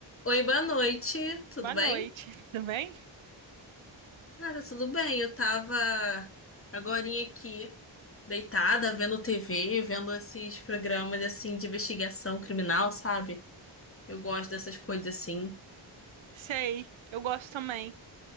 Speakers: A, on the left (about 30°); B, on the right (about 80°).
A: Oi, boa noite, tudo
B: Boa
A: bem?
B: noite, <laughs> tudo bem?
A: Ah, tá tudo bem. Eu tava agorinha aqui, deitada, vendo TV, vendo esses programas assim de investigação criminal, sabe? Eu gosto dessas coisas assim.
B: Sei, eu gosto também.